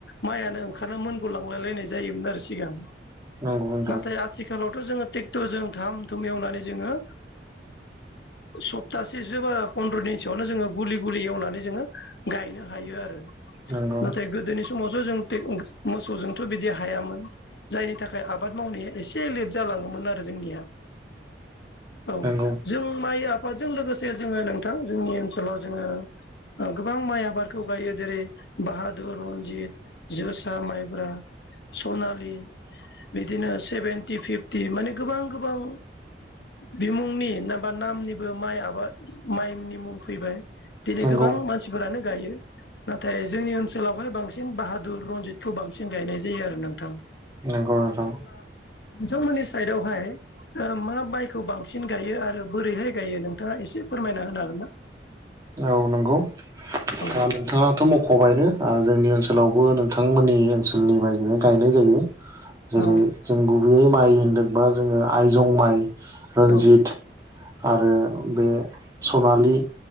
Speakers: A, on the left; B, on the right.
A: माइयानो ओं मोनग लांलाय लायनाय जायोमोन आरो सिगां
B: नंगौ नोंथां
A: नाथाय आथिखालावथ' जोंङो। टेकटरजों धाम धुम एवनानै जोंङो। सप्तासेसो बा फन्द्र' दिनसोआवनो जोङो गुलि गुलि एवनानै जोङो। गायनो हायो आरो
B: नंगौ
A: नाथाय गोदोनि समावस' जों मोसौजोंथ' बिदि हायामोन। जायनि थाखाय आबाद मावनाया एसे लेट जालाङोमोन। आरो जोंनिया औ
B: नंगौ
A: जों माइ आफादजों लोगोसे जोङो नोंथां जोंनि ओनसोलाव जोंङो। गोबां माइ आबादखौ गायो जेरै बाहादुर रनजित जोसा माइब्रा सनालि बिदिनो सेभेनटि फिफ्टि माने गोबां गोबां बिमुंनि नाबा नामनिबो माइ आबाद माइनि मुं फैबाय दिनै
B: नंगौ
A: गोबां मानसिफोरानो गायो नाथाय जोंनि ओनसोलावहाय बांसिन बाहादुर रनजितखौ बांसिन गायनाय जायो आरो नोंथां
B: नंगौ नोंथां
A: अब्ला नोंथांमोननि साइदावहाय मा माइखौ बांसिन गायो आरो बोरैहाय गायो नोंथाङा एसे फोरमायना होनो हागोन ना?
B: औ नंगौ
A: औ
B: दा नोंथाङाथ' मख'बायनो जोंनि ओनसोलावबो नों थांमोननि ओनसोलनि बायदिनो गायनाय जायो जेरै
A: औ
B: - जों गुबैयै माइ होनदोंबा जोङो आइजं माइ रनजित
A: औ
B: आरो बे सनालि